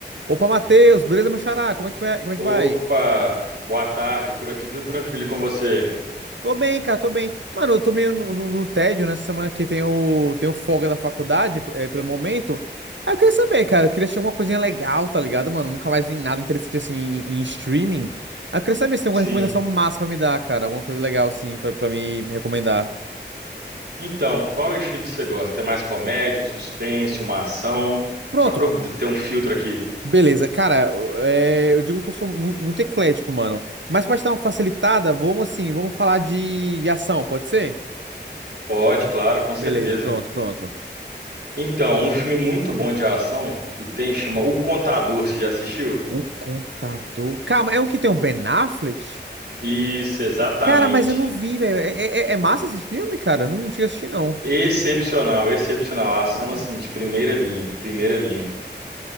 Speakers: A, on the right (about 80°); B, on the right (about 60°).
A: Opa, Matheus, beleza, meu xará? Como é que, como é
B: Opa,
A: que vai?
B: boa tarde, por aqui tudo tranquilo e com você?
A: Tô bem, cara, tô bem. Mano, eu tô meio no, no- no tédio nessa semana que tem o, tem o folga da faculdade, é, pelo momento. Aí eu queria saber, cara, eu queria assistir alguma coisinha legal, tá ligado, mano? Nunca mais vi nada interessante assim em, em streaming. Aí eu queria saber se tem alguma
B: Sim.
A: recomendação massa pra me dar, cara. Alguma coisa legal, assim, pra, pra me recomendar.
B: Então, qual o estilo que você gosta? É mais comédia, um suspense, uma ação?
A: Pronto,
B: Só para eu ter um filtro aqui.
A: beleza. Cara, eu é, eu digo que eu sou mu- muito eclético, mano. Mas pra te dar uma facilitada, vamos assim, vamos falar de de ação, pode ser?
B: Pode, claro, com certeza.
A: Beleza, pronto, pronto.
B: Então, um filme muito bom de ação que tem chama O Contador, você já assistiu?
A: O Contador. Calma, é o que tem o Ben Affleck?
B: Isso, exatamente.
A: Cara, mas eu não vi, velho. É, é- é é massa esse filme, cara? Eu não cheguei a assistir, não.
B: Excepcional, excepcional. A ação
A: Ah,
B: assim de primeira linha, primeira linha.